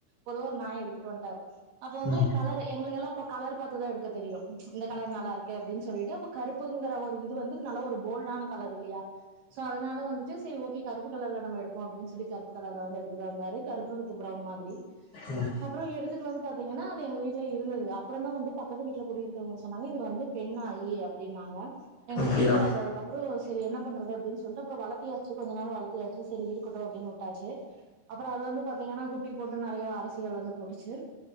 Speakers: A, on the right; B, on the left.
A: பொதுவா ஒரு நாய எடுத்துட்டு வந்ட்டாரு அப்ப வந்து
B: ம்
A: கலரு எங்களுக்கெல்லா அப்ப கலர் பாத்துதா எடுக்க தெரியு ம் இந்த கலர் நல்லா இரு க்கு அப்டின்னு சொல்லிட்டு அப்ப கருப்புங்குற ஒரு இது வந்து நல்ல ஒரு போல்டான கலர் இல்லையா சோ அதனால வந்துட்டு செரி ஓகே கருப்பு கலர்ல நம்ம எடுப்போ அப்டின்னு சொல்லி கருப்பு கலர்ல வந்து எடுத்துட்டு வந்தாரு கருப்பு வித் பிரவுன் மாதிரி
B: ம்
A: அப்றோ எடுத்துட்டு வந்து பாத்தீங்கன்னா அது எங்க வீட்ல இருந்தது அ ப்பறந்தா வந்து பக்கத்து வீட்ல குடி இருக்கறவங்க சொன்னாங்க இது வந்து பெண் நாயி அப்டின்னாங்க எங்களுக்கு
B: அப்டியா
A: தெரியாது அதுக்கப் றோ செரி என்ன பண்றது அப்டின் சொல்ட்டு அப்பறோ வளத்தியாச்சு கொஞ்ச நாள் வளத்தியாச்சு சரி இருக்கட்டு அப்டின்னு விட்டாச்சு அப்பறோ அது வந்து பாத்தீங்கன்னா குட்டி போட்டு நெறைய வாரிசுகள் வந்து போட்டுச்சு